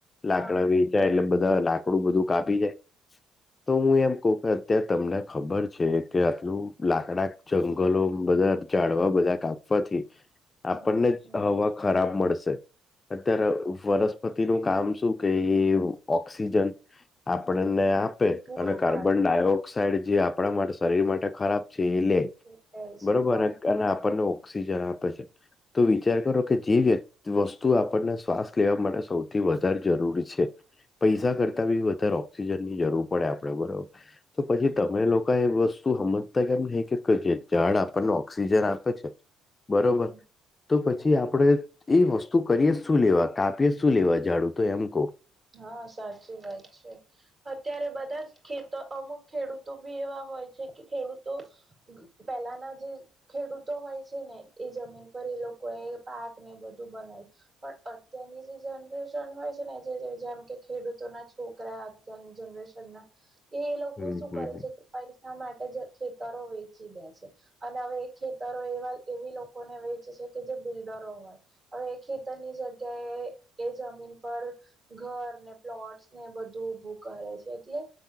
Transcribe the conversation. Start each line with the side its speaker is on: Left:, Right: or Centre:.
Right: હા
Left: લાકડા વેચાય એટલે બધા લાકડું બધું કાપી જાય. તો હું એમ કહ કે અત્યારે તમને ખબર છે કે આટલું લાકડા જંગલો બધા જાડવા બધા કાપવાથી આપણને
Right: હમ હમ
Left: હવા ખરાબ મળશે. અત્યારે વનસ્પતિ નું કામ શું? કેઈ ઓક્સિજન આપણને આપે
Right: પૂરું
Left: અને કાર્બન
Right: પાડ
Left: ડાયોક્સ ઓક્સાઇડ જે આપણા માટે શરીર માટે ખરાબ છે એ લે,
Right: જાય છે
Left: બરોબર
Right: હા
Left: અને આપણને, ઓક્સિજન આપે છે તો વિચાર કરો કે જે વ્ય વસ્તુ વસ્તુ આપણને શ્વાસ લેવા માટે સૌથી વધારે જરૂરી છે. પૈસા કરતા બી વધારે ઓક્સિજન ની જરૂર પડે આપડે બરોબર તો
Right: હમ
Left: પછી તમે લોકો એ વસ્તુઓ તું સમમજતા કેમને હ? ઝાડ આપણને ઓક્સિજન આપે છે બરોબર
Right: હમ
Left: તો પછી આપડે એ વસ્તુ કરીએ શું લેવા કાપીએ શું લેવા ઝાડુ તો એમ કહ?
Right: હા સાચી વાત છે અત્યારે બધા જ ખેત અમુક ખેડૂતો બી એવા હોય છે કે ખેડૂતો પહેલાના જે, ખેડૂતો હોય છે ને એ જમીન પર એ લોકો એ પાક ને બધું બનાવ્યું. પણ અત્યારની જે જનરેશન હોય છે ને, જેમ કે ખેડૂતોના છોકરા અત્યારની જનરેશન ના, એ એ લોકો
Left: હમ
Right: શું
Left: હમ
Right: કરે છે કે પૈસા માટે જ ખેતરો વેચી દે છે. અને હવે ખેતરો એવા એવી લોકોને વેચે છે કે જે બિલ્ડરો હોય. હવે ખેતરની જગ્યાએ એ જમીન પર ઘર ને પ્લોટસ ને એ બધું ભું કરે છે એટલે